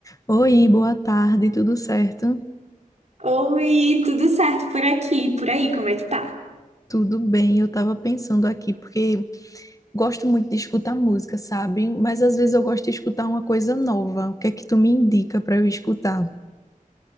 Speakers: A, on the left; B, on the right.
A: Oi, boa tarde, tudo certo?
B: Oi, tudo certo por aqui? Por aí, como é que tá?
A: Tudo bem, eu tava pensando aqui, porque gosto muito de escutar música, sabe? Mas às vezes eu gosto de escutar uma coisa nova. O que é que tu me indica para eu escutar? <laughs>